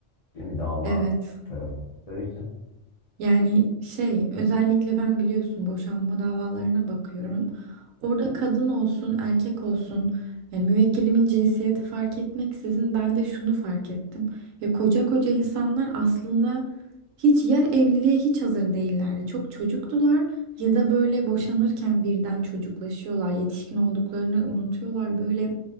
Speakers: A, on the left; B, on the right.
A: Değil mi? Dava
B: Evet.
A: tarafı oldukları için.
B: Yani şey özellikle ben biliyorsun boşanma davalarına bakıyorum. Orada kadın olsun erkek olsun yani müvekkilimin cinsiyeti fark etmeksizin ben de şunu fark ettim. Ya koca koca insanlar aslında hiç ya evliliğe hiç hazır değillerdi. Çok çocuktular ya da böyle boşanırken birden çocuklaşıyorlar. Yetişkin olduklarını unutuyorlar. Böyle